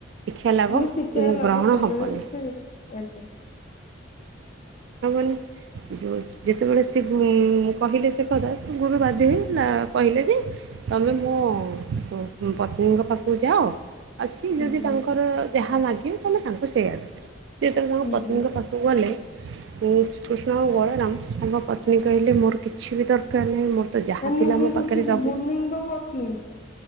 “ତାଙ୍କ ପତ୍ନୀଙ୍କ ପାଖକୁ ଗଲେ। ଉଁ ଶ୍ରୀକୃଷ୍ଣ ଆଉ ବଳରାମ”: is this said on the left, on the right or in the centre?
Right